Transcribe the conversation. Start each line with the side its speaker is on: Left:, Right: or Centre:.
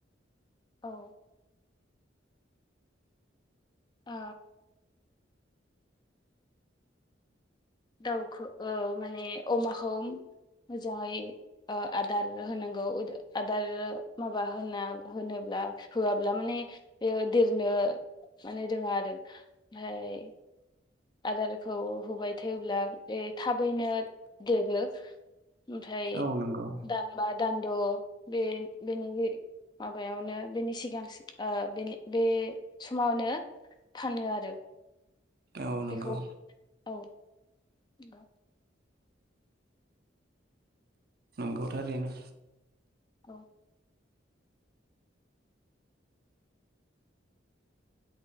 Left: औ ओ दाउखौ ओ माने अमाखौ मोजाङै ओ आदार होनांगौ आदार माबा होना होनो होआब्ला माने बेयो देरनो माने रोङो आरो ओमफ्राय आदारखौ होबाय थायोब्ला बे थाबैनो देरो। ओमफ्राय
Right: औ नंगौ
Left: दानबा दानद' बे बेनि माबायावनो बेनि सिगां ओ बेनि बे समावनो फानो आरो।
Right: औ
Left: बेखौ
Right: नंगौ
Left: औ बा
Right: नंगौ थारैनो।
Left: औ।